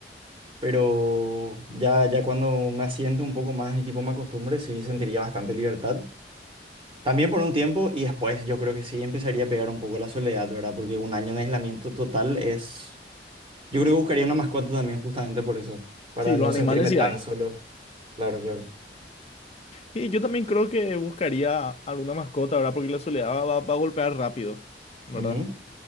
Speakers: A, on the right (about 30°); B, on the left (about 35°).
A: pero ya, ya cuando me asiento un poco más y tipo me acostumbre, sí sentiría bastante libertad. También por un tiempo y después yo creo que sí empezaría a pegar un poco la soledad, ¿verdad? Porque un año en aislamiento total es... Yo creo que buscaría una mascota también justamente por eso, para
B: Sí, los
A: no
B: animales
A: sentirme
B: sí
A: tan
B: hay.
A: solo. Claro, claro.
B: Y yo también creo que buscaría alguna mascota, ¿verdad? Porque la soledad va, va- va a golpear rápido, ¿verdad?
A: Ujú,